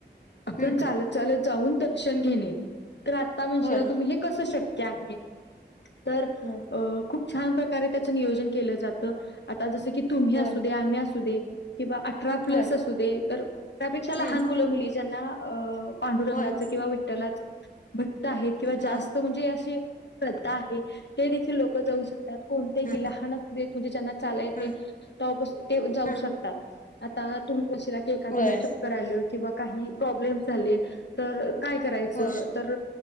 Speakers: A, on the left; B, on the left.
A: आपण
B: हम्म
A: चालत चालत जाऊन दर्शन घेणे. काय म्हणशीला
B: होय
A: तुम्ही हे कसं शक्य आहे तर
B: बरं
A: अं... खूप छान प्रकारे त्याचं नियोजन केलं जातं आता जसं की तुम्ही
B: होय
A: असू द्या मी असू दे. किंवा अठरा प्लस
B: होय
A: असू दे तर अठरापेक्षा लहान
B: हम्म
A: मुलं मुली ज्यांना अ पांडुरंगाच
B: होय
A: किंवा विठ्ठलाच भक्त आहेत किंवा जास्त
B: होय
A: म्हणजे अशे श्रद्धा आहे ते देखील लोक जाऊ शकतात कोणतेही
B: ह
A: लहान असु देत म्हणजे ज्यांना चालाय येतयं.
B: ह
A: तेव्हा पासून ते जाऊ
B: ह
A: शकतात आता तुम्ही म्हणशीला एखाद्याला
B: होय
A: चक्कर आलं किंवा काही प्रॉब्लेम् झाले तर काय करायचं
B: होय
A: तर